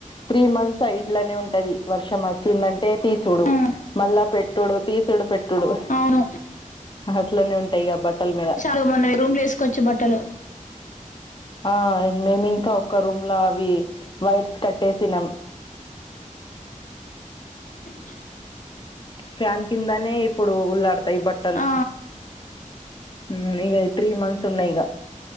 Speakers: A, on the left; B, on the left.
A: త్రీ మంత్స్ ఇట్లనే ఉంటది వర్షం వచ్చిందంటే తీస్ చూడు
B: ఆ,
A: మళ్ళా పెట్టుడు తీసుడు పెట్టుడు
B: అవును
A: అట్లనే ఉంటాయి బట్టల మీద
B: తు మనరూమ్లలేసు కోచ్చు బట్టలు
A: ఆ మేమింకా ఒక్క రూమ్ లో అవి వర్స్ కట్టేసినాం
B: హామ్
A: ఫ్యాన్ కిందనే ఇప్పుడు ఉగుల్లాడతాయి బట్టలు
B: ఆ
A: హ్మ్ ఇగ త్రీ మంత్స్ ఉన్నాయిగ